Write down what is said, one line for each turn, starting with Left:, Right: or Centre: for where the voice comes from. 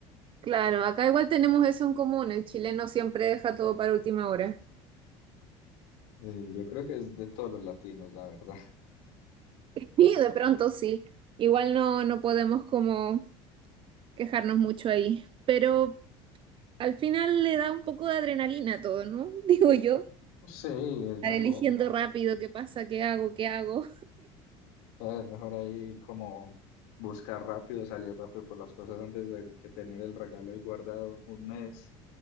Right: Claro, acá igual tenemos eso en común, el chileno siempre deja todo para última hora.
Left: Y yo creo que es de todos los latinos, la verdad.
Right: <laughs> Y de pronto sí, igual no, no podemos como quejarnos mucho ahí, pero al final le da un poco de adrenalina a todo, ¿no? <laughs> Digo yo,
Left: <laughs> Sí, es
Right: estar
Left: mejor.
Right: eligiendo rápido qué pasa, qué hago, qué hago
Left: Es mejor ahí como buscar rápido, salir rápido por las cosas antes de que tener el regalo ahí guardado un mes